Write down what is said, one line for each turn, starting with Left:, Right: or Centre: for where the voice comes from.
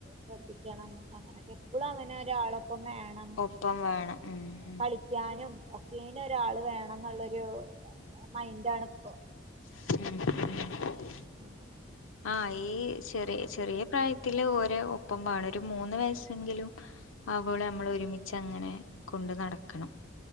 Right: ശ്രദ്ധിക്കണം അങ്ങനെക്കെ എപ്പളും അവനെ ഒരാളൊപ്പം വേണം
Left: ഒപ്പം വേണം ഉം ഉം
Right: കളിക്കാനും ഒക്കെനു ഒരാള് വേണംന്നുള്ളൊരു മൈൻഡാണ്പ്പോ
Left: ഉം
Right: അങ്ങനെ
Left: ആ ഈ ചെറി ചെറിയ പ്രായത്തില് ഓരെ ഒപ്പം വാണം ഒരു മൂന്ന് വയസ്സെങ്കിലും ആവോളു നമ്മള് ഒരുമിച്ചങ്ങനെ കൊണ്ട് നടക്കണം